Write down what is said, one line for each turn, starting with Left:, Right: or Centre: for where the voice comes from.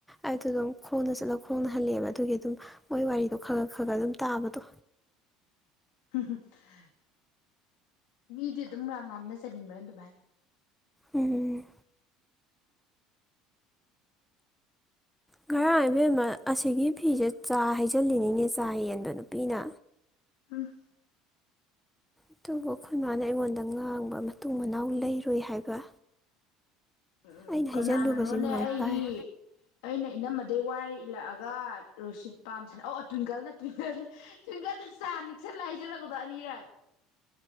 Centre: ꯑꯩꯗꯣ ꯑꯗꯨꯝ ꯈꯣꯡꯅ ꯆꯠꯂꯒ ꯈꯣꯡꯅ ꯍꯜꯂꯛꯑꯦꯕ ꯑꯗꯨꯒꯤ ꯑꯗꯨꯝ ꯃꯣꯏ ꯋꯥꯔꯤꯗꯣ ꯈ ꯈ ꯈ ꯈ ꯑꯗꯨꯝ ꯇꯥꯕꯗꯣ
Left: <unintelligible> ꯃꯤꯗꯤ ꯑꯗꯨꯝ ꯉꯥꯡꯅ ꯆꯅꯤꯡꯕꯅ ꯑꯗꯨꯃꯥꯏꯅ
Centre: ꯎꯝ ꯉꯔꯥꯡ ꯏꯕꯦꯝꯃ ꯑꯁꯤꯒꯤ ꯐꯤꯁꯦ ꯆꯥ ꯍꯩꯖꯤꯜꯂꯤꯅꯤꯅꯦ ꯆꯥ ꯌꯦꯟꯕ ꯅꯨꯄꯤꯅ
Left: ꯎꯝ
Centre: ꯑꯗꯨꯕꯨ ꯑꯩꯈꯣꯏ ꯃꯥꯅ ꯑꯩꯉꯣꯟꯗ ꯉꯥꯡꯕ ꯃꯇꯨꯡ ꯃꯅꯥꯎ ꯂꯩꯔꯣꯏ ꯍꯥꯏꯕ
Left: ꯎꯝ
Centre: ꯑꯩꯅ
Left: ꯀꯅꯥꯅꯅꯣꯅꯦ
Centre: ꯍꯩꯖꯜꯂꯨꯕꯁꯦ ꯅꯨꯡꯉꯥꯏ
Left: ꯑꯩꯒꯤ
Centre: ꯄꯥꯏꯔꯦ
Left: ꯑꯩꯅ ꯏꯅꯝꯃ ꯑꯗꯩ ꯋꯥꯔꯤ ꯏꯜꯂꯛꯑꯒ ꯔꯨꯁꯤ ꯄꯥꯝꯁꯅ ꯑꯣ ꯇ꯭ꯋꯤꯡꯀꯜꯅ ꯇ꯭ꯋꯤꯡꯀꯜꯅ ꯇ꯭ꯋꯤꯡꯀꯜꯅ ꯆꯥꯅꯤ ꯛ ꯁꯠꯂ ꯍꯩꯖꯤꯜꯂꯛꯄꯗꯣ ꯑꯅꯤꯔꯛ